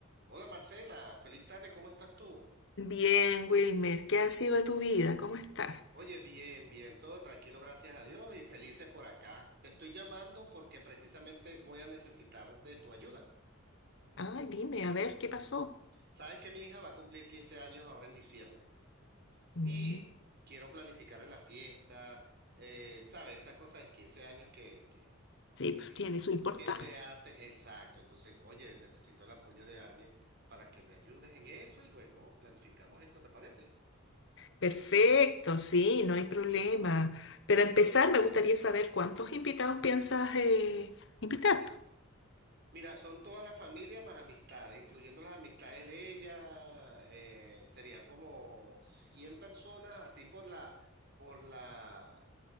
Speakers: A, on the right; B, on the left.
A: Hola Marcela, feliz tarde, ¿cómo estás tú?
B: Bien, Wilmer, ¿qué ha sido de tu vida? ¿Cómo estás?
A: Oye, bien, bien, todo tranquilo, gracias a Dios y felices por acá. Te estoy llamando porque precisamente voy a necesitar de tu ayuda.
B: Ah, dime, a ver, ¿qué pasó?
A: Sabes que mi hija va a cumplir 15 años ahora en diciembre
B: Mm,
A: y quiero planificarle la fiesta, eh, sabes, esas cosas de 15 años que, que,
B: Sí, pues
A: Sí.
B: tiene su importancia.
A: que se hacen, exacto. Entonces, oye, necesito el apoyo de alguien para que me ayudes en eso y bueno, planificamos eso, ¿te parece?
B: Perfecto, sí, no hay problema. Pero empezar, me gustaría saber cuántos invitados piensas eh, invitar.
A: Mira, son toda la familia más amistades, incluyendo las amistades de ella, eh, serían como 100 personas, así por la, por la,